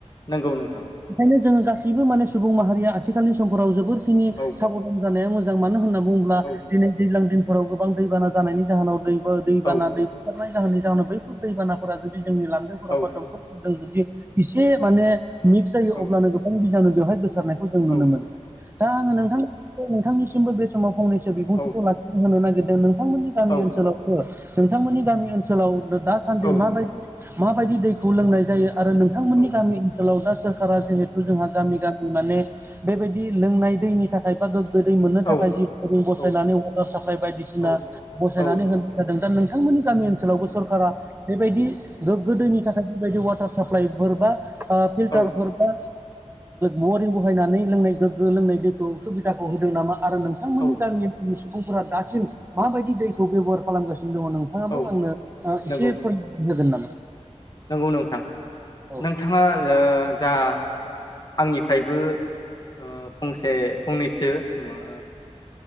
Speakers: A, on the left; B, on the right.
A: नंगौ नोंथां
B: बेओंखायनो जोङो गासैबो माने सुबुं माहारिया आथिखालनि समफोराव जोबोरखिनि
A: औ
B: सापर्ट खम जानाया मोजां मानो होनना बुङोब्ला
A: औ
B: दिनै दैज्लां दिनफोराव गोबां दैबाना जानायनि जाहोनाव दैबो दैबाना
A: औ
B: दै बुथारनाय जाहोननि जाहोनाव बैफोर दैबानाफोरा जुदि जोंनि लांदोफोराव
A: औ
B: बा दंखल से मान
A: औ
B: मिक्स जायो
A: औ
B: अब्लानो गोबां बिज बेवहाय गोसारनाय जों नुनो
A: औ
B: मोनो दा आङो नोंथां नोंथांनिसिमबो बे समाव फंनैसो बिबुंथिखौ
A: औ
B: ला होनो नागिरदों नोंथांमोननि गामि
A: औ
B: ओनसोलावबो नोंथांमोननि गामि ओनसोलावनो दास सान्दि
A: औ
B: माबायदि माबायदि दैखौ लोंनाय जायो आरो नोंथांमोननि
A: औ
B: गामि ओनसोलाव दा सोरखारा जिहेथु जोंहा गामि गामि माने बेबायदि लोंनाय दैनि थाखाय बा गोदै मोननो
A: औ
B: थाखाय जििं बसायनानै
A: औ
B: वाटार साप्लाइ बायदिसिना
A: औ
B: बसायनानै
A: औ
B: होन जादों दा नोंथांमोननि गामि ओनसोलावबो सरकारा बेबायदि गोग्ग गोदोनि थाखाय बायदि वाटार साप्लाइफोरबा फिल्टारफोरबा
A: औ
B: मवरिं बहायनानै लोंनाय गोग्गो लोंनाय दैखौ सुबिदाखौ होदों नामा आरो नोंथांमोननि
A: औ
B: गामि ओ सुबुंफोरा दासिम माबायदि दैखौ बेब'हार खालामगासिनो दङ नोंथाङाबो
A: औ
B: आंनो
A: नंगौ
B: इसे <unintelligible> नोगोन नामा?
A: नंगौ नोंथां
B: औ
A: नोंथाङा जा आंनिफ्रायबो ओ फंसे फंनैसो मा